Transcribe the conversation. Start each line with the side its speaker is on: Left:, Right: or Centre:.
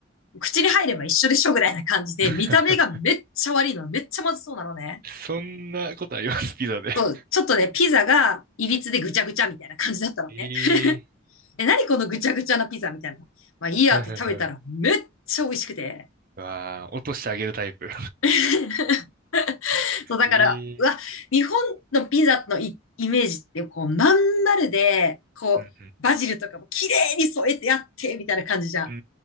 Left: う口に入れば一緒でしょぐらいな感じで、
Right: <laughs>
Left: 見た目がめっちゃ悪いの、めっちゃまずそうなのね。
Right: そんなことあります、ピザで。
Left: そう、
Right: <laughs>
Left: ちょっとね、ピザがいびつでぐちゃぐちゃみたいな感じだったのね。
Right: ええ
Left: え、何このぐちゃぐちゃなピザみたいな。まあいいやって食べたらめっちゃ美味しくて。
Right: ー。はいはいはい。うわあ、落としてあげるタイプ。
Left: <laughs> そう、だから、
Right: <laughs> ええー。
Left: うわ、日本のピザのイ、イメージってこうまん丸で、こう、
Right: うんうん
Left: バジルとかも綺麗に添えてやって、みたいな感じじゃん。
Right: うん。